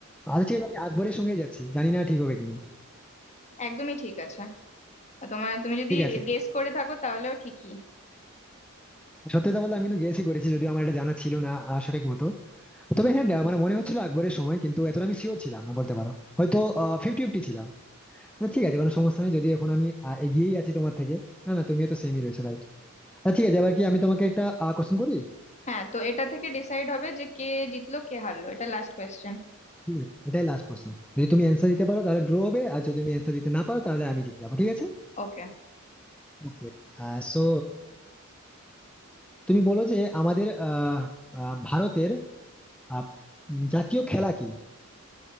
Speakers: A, in the centre; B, on the left.
A: আচ্ছা ঠিক আছে আমি আকবরের সঙ্গে যাচ্ছি জানি না ঠিক হবে কিনা
B: একদমই ঠিক আছে আর তোমার তুমি যদি
A: ঠিক আছে
B: গেস করে থাকো তাহলেও ঠিকই
A: সত্যি কথা বলতে আমি কিন্তু গেসই করেছি যদিও আমার এটা জানা ছিল না আহ, সঠিক মতো তবে হ্যাঁ ডা- মানে মনে হচ্ছিল আকবরের সময় কিন্তু এতটা আমি শিওর ছিলাম না বলতে পারো হয়তো ফিফটি ফিফটি ছিলাম তো ঠিক আছে কোনো সমস্যা নেই যদিও এখন আমি আহ, এগিয়েই আছি তোমার থেকে না না তুমিও তো সেমই রয়েছো রাইট আচ্ছা ঠিক আছে এবার কি আমি তোমাকে একটা কোশ্চেন করি
B: হ্যাঁ তো এটা থেকে ডিসাইড হবে যে কে জিতলো কে হারলো এটা লাস্ট কোয়েশ্চেন
A: ঠিক আছে, এটাই লাস্ট কোশ্চেন যদি তুমি অ্যান্সার দিতে পারো তাহলে ড্র হবে আর যদি তুমি অ্যান্সার দিতে না পারো তাহলে আমি জিতে যাবো ঠিক আছে
B: ওকে
A: ওকে সো তুমি বলো যে আমাদের আহ, আহ, ভারতের আহ, উম, জাতীয় খেলা কি